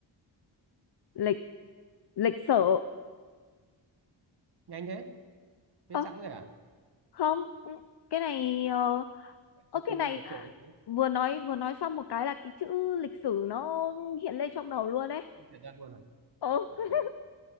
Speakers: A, on the left; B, on the right.
A: lịch lịch sử
B: nhanh thế biết
A: ơ
B: sẵn rồi à
A: không ừ, cái này ờ ơ,
B: thông
A: cái
B: minh
A: này
B: vượt trội
A: vừa nói vừa nói xong một cái là cái chữ lịch sử nó hiện lên trong đầu luôn đấy
B: thời gian luôn à
A: ừ
B: chắc là